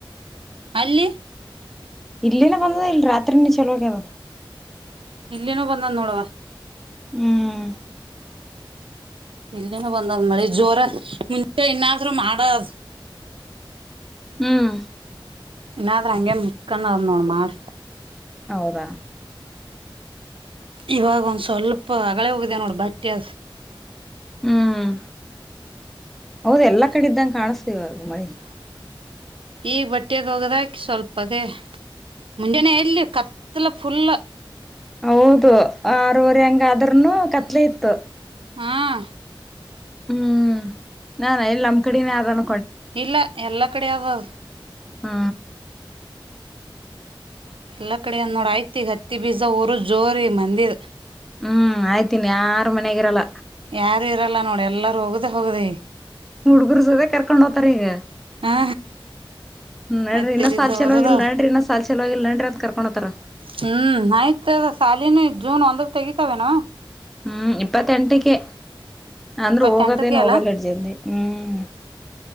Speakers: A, on the right (about 80°); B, in the centre.
A: ಅಲ್ಲಿ.
B: ಇಲ್ಲಿನು ಬಂದದೇ ಇಲ್ ರಾತ್ರಿನೆ ಚಲೋ ಆಗ್ಯದ.
A: ಇಲ್ಲಿನೂ ಬಂದದ್ ನೋಡವ್ವ.
B: ಹ್ಮ್.
A: ಇಲ್ಲಿನು ಬಂದದ್ ಮಳಿ ಜೋರ ಮುಂಚೆ ಇನ್ನಾದ್ರು ಮಾಡಸ್.
B: ಹ್ಮ್.
A: ಇನಾದ್ರ ಹಂಗೆ ಮುಕ್ಕನೋದ್ ನೋಡ್ ಮಾಡ್.
B: ಹೌದ.
A: ಇವಾಗ್ ಒಂದ್ ಸ್ವಲ್ಪ ಹಗಳೇ ಹೋಗಿದೆ ನೋಡ್ ಬಟ್ಟೆ ಅದ್.
B: ಹ್ಮ್ ಹೌದ ಎಲ್ಲಾ ಕಡೆ ಇದ್ದಂಗ ಕಾಣಸ್ತ ಸೇವಾಗ ಮಾಡಿ <unintelligible>
A: ಈ ಬಟ್ಟೆದೋಗದಾಕಿ ಸ್ವಲ್ಪದೇ ಮುಂಜಾನೆ ಎಲ್ಲಿ ಕತ್ತಲ ಫುಲ್
B: ಹೌದು ಆರವರೆ ಹಂಗ ಅದ್ರನು ಕತ್ಲೆ ಇತ್ತು
A: ಹಾಂ <unintelligible>
B: ಹ್ಮ್ ನಾಾನ ಎಲ್ಲ ನಮ್ಮ್ ಕಡಿನೇ ಆದಾನ
A: ಇಲ್ಲ ಎಲ್ಲಾ ಕಡೆಾವ ಅದು
B: ಹಾ
A: ಎಲ್ಲಾ ಕಡೆಂದ ನೋಡ್ ಆಯ್ತಿ ಈಗ ಹತ್ತಿ ಬೀಜ ಊರು ಜೋರಿ ಮಂದಿರ್
B: ಹ್ಮ್ ಆಯ್ತೀನಿ ಯಾರ ಮನಗರಲ್ಲ
A: ಯಾರು ಇರಲ್ಲ ನೋಡಿ ಎಲ್ಲಾರೂ ಹೋಗ್ದ ಹೋಗದ
B: ಹುಡ್ಗರ್ ಸದ ಕರ್ಕೊಂಡ್ ಹೋತಾರ ಈಗ
A: ಹಾ
B: ನಡ್ರಿ
A: ಹತ್ತಿ
B: ಇನ್ನ
A: ಬೀಜ
B: ಸಾಲ್ ಚಲೋವಾಗಿಲ್
A: ಊರದವ್
B: ನಡ್ರಿ ಇನ್ನ ಸಾಲ್ ಚಲೋವಾಗಿಲ್ ನಡ್ರಿ ಅಂತ ಕರ್ಕೊಂಡ <unintelligible> <unintelligible> ಒಣತ್ರರ
A: ಹ್ಮ್ ಆಯ್ತು ಸಾಲಿನ ಜೂನ್ ಒಂದಕ್ ತೆಗಿತಾವ ನವ
B: ಹ್ಮ್ ಇಪ್ಪತ್ತಂಟಕ್ಕೆ ಅಂದ್ರರು
A: ಇಪ್ಪತ್ತೆಂಟಕ್ಕೆ
B: ಹೋಗದೇನ್ ಹೋಗಲ್ಲ
A: ಅಲ್ಲ
B: ಅಡ್ಜಲ್ದಿ ಹ್ಮ್